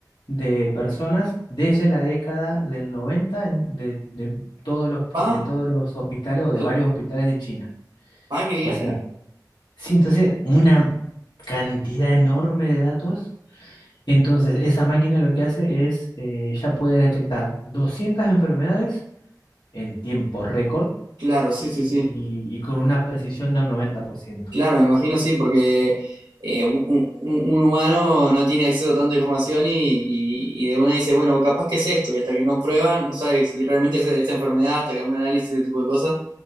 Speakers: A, on the left (about 85°); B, on the right (about 85°).
A: de personas desde la década del 90 en- de, de todos los, pa-
B: ¿Pa?
A: de todos los hospitales o de
B: tal-
A: varios hospitales de China.
B: ¿Pa qué viaje?
A: O sea, sí, entonces una cantidad enorme de datos. Entonces, esa máquina lo que hace es, eh, ya puede detectar 200 enfermedades en tiempo récord
B: Claro, sí, sí,
A: y,
B: sí.
A: y- y con una precisión del noventa por ciento
B: Claro, me imagino sí, porque eh, un, un- un humano no tiene acceso a tanta información y, y- y de una dice, bueno, capaz que es esto, y hasta que no prueban, no sabes si realmente es esa enfermedad, hasta que hagan un análisis de ese tipo de cosas,